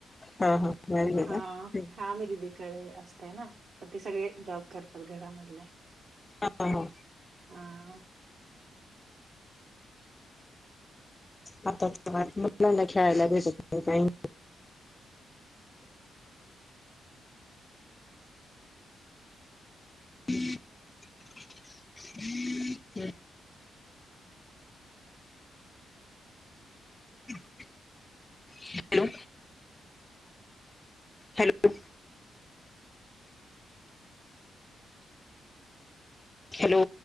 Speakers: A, on the left; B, on the right.
A: हा हा. मॅरेज आहे
B: हा
A: का?
B: हा मी दिदीकडे असते ना पण ते सगळे जॉब करतात घरामधले.
A: हा हा.
B: अ
A: आता मुलांना खेळायला भेटत नाही <unintelligible> <inaudible> हम्म. <inaudible> Hello hello hello